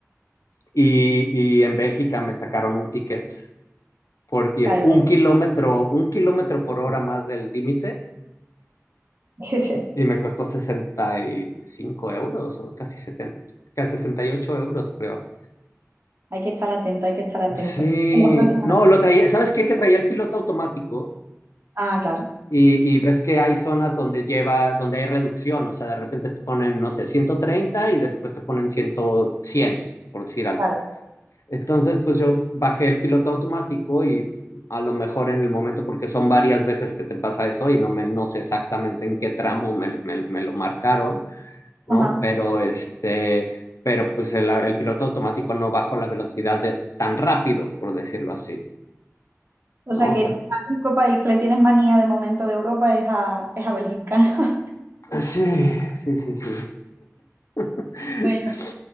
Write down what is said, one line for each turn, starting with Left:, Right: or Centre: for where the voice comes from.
Left: y, y en Bélgica me sacaron un ticket por ir
Right: Claro,
Left: un kilómetro, un kilómetro por hora más del límite
Right: <laughs>
Left: y me costó 65 euros o casi 70, casi 68 euros creo.
Right: hay que estar atento, hay que estar atento.
Left: Sí,
Right: La próxima
Left: no,
Right: vez.
Left: lo traía, ¿sabes qué? Que traía el piloto automático
Right: Ah, claro,
Left: y, y ves que hay zonas donde lleva, donde hay reducción, o sea, de repente te ponen, no sé, 130 y después te ponen 100, 100, por decir algo.
Right: claro.
Left: Entonces, pues yo bajé el piloto automático y a lo mejor en el momento, porque son varias veces que te pasa eso y no, me, no sé exactamente en qué tramo me, me, me lo marcaron,
Right: Ajá.
Left: ¿no? Pero este, pero pues el, el piloto automático no bajó la velocidad de, tan rápido, por decirlo así.
Right: O
Left: ¿no?
Right: sea que
Left: O sea,
Right: al único país que le tienes manía de momento de Europa es a, es a Bélgica. <laughs>
Left: Sí, sí, sí, sí. <laughs>
Right: Bueno,